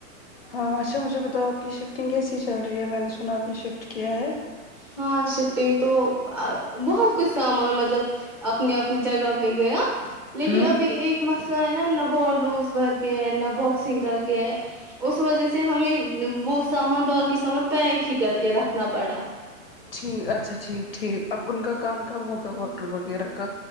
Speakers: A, on the left; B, on the right.
A: ہاں اچھا مجھے بتاؤ آپ کی شفٹنگ کیسی چل رہی ہے میں نے سنا نے شفٹ کیا ہے
B: ہاں شفٹگ تو آں بہت کچھ سامان مطلب کہ اپنی اپنی جگہ پہ گیا لیکن
A: ہوں
B: ابھی ایک مسئلہ ہے نا نہ وارڈ رومس بھر کے ہے نہ باک سنگ کر کے ہے اس وجہ سے ہمیں وہ سامان باکی سامان پیک ہی کر کے رکھنا پڑا
A: ٹھیک اچھا ٹھیک ٹھیک اب ان کا کام کب ہوگا واٹر وغیرہ کا